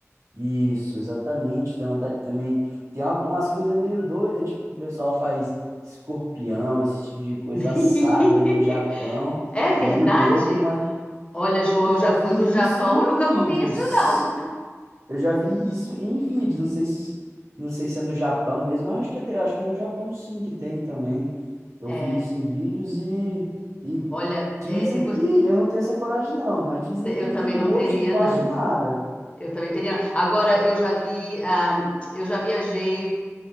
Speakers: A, on the right; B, on the left.
A: isso, exatamente. Tem vontade também. Tem uma- umas coisas meio doidas, tipo, que o pessoal faz escorpião, esse tipo de coisa
B: <laughs>
A: assada aí no Japão,
B: É verdade?
A: meio louco, mas
B: Olha, João,
A: eu já
B: eu já
A: vi
B: fui no Japão,
A: isso em
B: eu
A: vídeos.
B: nunca comi isso, não.
A: Eu já vi isso em vídeos, não sei se, não sei se é no Japão mesmo, mas acho que, é- acho que é no Japão sim que tem também. Eu
B: É,
A: vi isso em vídeos e, e
B: olha,
A: dizem
B: é, eu vou-
A: que eu não tenho essa coragem não, mas dizem
B: Eu
A: que não
B: também
A: tem
B: não
A: gosto
B: teria,
A: de quase
B: não.
A: de nada.
B: Eu também teria. não. Agora, eu já vi, ah, eu já viajei